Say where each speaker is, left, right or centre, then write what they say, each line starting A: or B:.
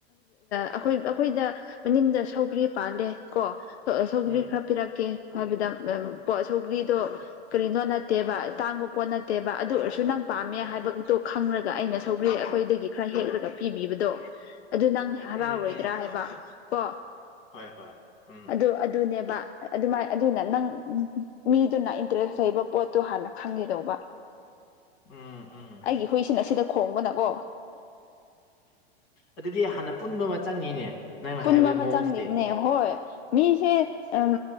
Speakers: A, on the left; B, on the left.
A: ꯑꯩꯈꯣꯏ ꯑꯩꯈꯣꯏꯗ ꯃꯅꯤꯡꯗ ꯁꯧꯒ꯭ꯔꯤ ꯄꯥꯜꯂꯦ ꯀꯣ ꯁꯧꯒ꯭ꯔꯤ
B: ꯎꯝ
A: ꯈꯔ ꯄꯤꯔꯛꯀꯦ ꯍꯥꯏꯕꯗ ꯄꯣꯠ ꯁꯧꯒ꯭ꯔꯤꯗꯣ ꯀꯔꯤꯅꯣ ꯅꯠꯇꯦꯕ ꯇꯥꯡꯕ ꯄꯣꯠ ꯅꯠꯇꯦꯕ ꯑꯗꯨ ꯑꯣꯏꯁꯨ ꯅꯪ ꯄꯥꯝꯃꯦ ꯍꯥꯏꯕꯗꯨꯇꯣ ꯈꯪꯔꯒ ꯑꯩꯅ ꯁꯧꯒ꯭ꯔꯤ ꯑꯩꯈꯣꯏꯗꯒꯤ ꯈꯔ ꯍꯦꯛꯂꯒ ꯄꯤꯕꯤꯕꯗꯣ ꯑꯗꯨ ꯅꯪ
B: ꯎꯝ
A: ꯍꯔꯥꯎꯔꯣꯏꯗ꯭ꯔꯥ
B: ꯎꯝ
A: ꯍꯥꯏꯕ ꯀꯣ
B: ꯍꯣꯏ ꯍꯣꯏ ꯎꯝ
A: ꯑꯗꯨ ꯑꯗꯨꯅꯦꯕ ꯑꯗꯨꯃꯥꯏ ꯑꯗꯨꯅ ꯅꯪ ꯃꯤꯗꯨꯅ ꯏꯟꯇꯔꯦꯁ ꯂꯩꯕ ꯄꯣꯠꯇꯣ ꯍꯥꯟꯅ ꯈꯪꯒꯗꯧꯕ
B: ꯎꯝ ꯎꯝ
A: ꯑꯩꯒꯤ ꯍꯨꯏꯁꯤꯅ ꯁꯤꯗ ꯈꯣꯡꯕꯅꯀꯣ
B: ꯑꯗꯨꯗꯤ ꯍꯥꯟꯅ ꯄꯨꯟꯕ ꯑꯃ ꯆꯪꯉꯤꯅꯦ ꯅꯪꯅ
A: ꯄꯨꯟꯕ
B: ꯍꯥꯏꯕ
A: ꯑꯃ
B: ꯃꯑꯣꯡꯁꯤꯗꯤ
A: ꯆꯪꯉꯕꯅꯦ ꯍꯣꯏ ꯃꯤꯁꯦ ꯎꯝ